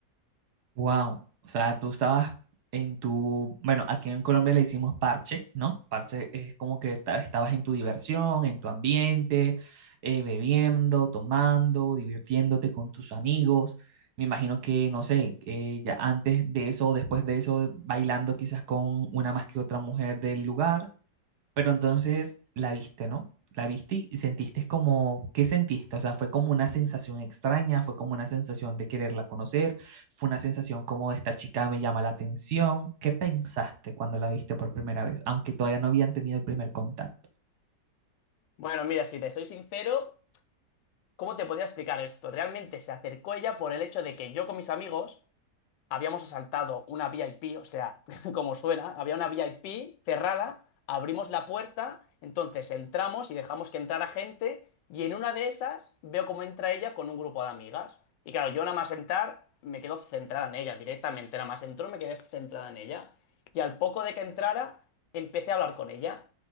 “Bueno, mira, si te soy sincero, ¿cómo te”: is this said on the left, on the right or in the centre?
Left